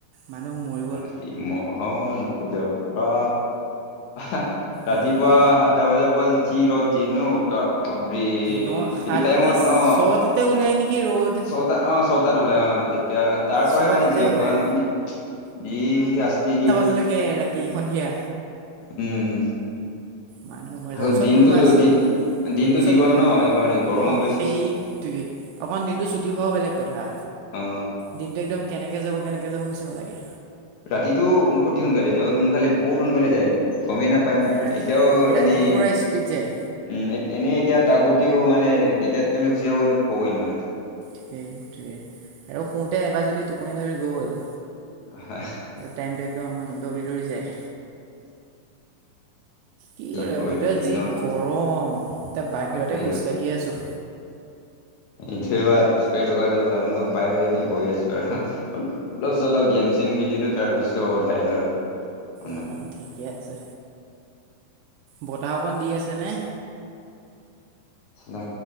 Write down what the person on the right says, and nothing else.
মানুহ মৰি-
উম,
ন সাতটা
ছটাতে ওলাই নেকি ৰ'দ
ছটাতে
ওলাই
শুবলকে ৰাতি সন্ধিয়া
মানুহ মৰি
যাব ওচৰত
কোনোবা আছে।
ওচৰত
আহ
সেইটোৱে অকণ দিনটো ছুটি হোৱাও বেলেগ কথা।
দিনটো একদম কেনেকে যাব কেনেকে যাব নিচিনা লাগে।
ৰাতি
ৰাতিটো
পুৰা স্পীড যায়
সেইটোৱে আৰু শুতে এবাৰ যদি টোপনি ধৰি গ'ল।
টাইমটো একদম দৌৰি দৌৰি যায়। কি কৰিবা
ভিতৰত
যি গৰম ত বাহিৰতে
খোজ কাঢ়িয়ে আছো।
অ ঠিকে আছে, বতাহ, অকণ দি আছে নে?